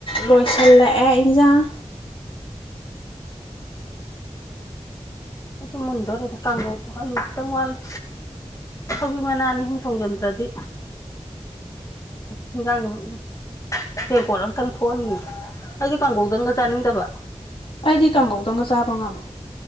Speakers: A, on the left (about 50°); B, on the left (about 30°).
A: ꯂꯣꯏꯁꯜꯂꯛꯑꯦ ꯏꯟꯖꯥꯡ
B: ꯑꯩꯁꯨ ꯃꯨꯟꯗꯣꯔꯦꯗ ꯀꯥꯡꯈꯧ ꯑꯂꯨ ꯈꯤꯇꯪ ꯋꯥꯠꯂꯤ ꯁꯧꯒꯔ꯭ꯤ ꯃꯅꯥ ꯑꯅꯤ ꯍꯨꯝ ꯊꯣꯡꯖꯟꯗ꯭ꯔꯗꯤ ꯍꯟꯖꯥꯡꯖꯦ ꯇꯦꯡꯀꯣꯠ ꯑꯝꯇꯪ ꯊꯣꯛꯍꯟꯒꯤꯒꯦ ꯑꯩꯗꯤ ꯀꯥꯡꯒꯧꯗꯪꯒ ꯆꯥꯅꯤꯡꯗꯕ
A: ꯑꯩꯗꯤ ꯀꯥꯡꯒꯧꯗꯪꯒ ꯆꯥꯕ ꯉꯝꯃꯦ